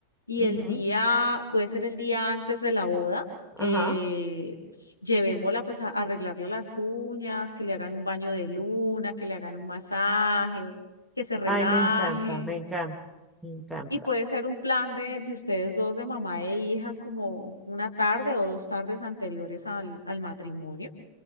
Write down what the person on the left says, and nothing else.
y
el día, puede ser el día antes de la boda,
eh, llevémosla pues a a arreglarle las uñas, que le hagan un baño de luna, que le hagan un masaje, que se relaje.
Y puede ser un plan de, de ustedes dos, de mamá e hija, como una tarde o dos tardes anteriores al, al matrimonio